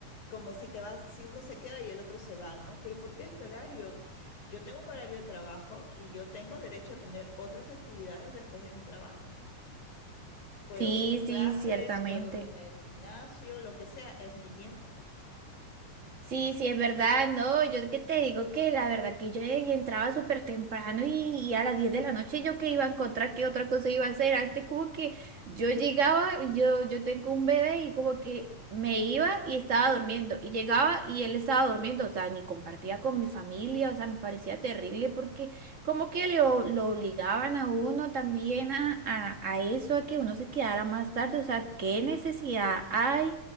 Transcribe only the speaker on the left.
como si te vas, si uno se queda y el otro se va, ¿no? Pero porque es mi horario. Yo tengo un horario de trabajo y yo tengo derecho a tener otras actividades después de mi trabajo. Puedo
tener clases,
puedo tener gimnasio, lo que sea, es mi tiempo.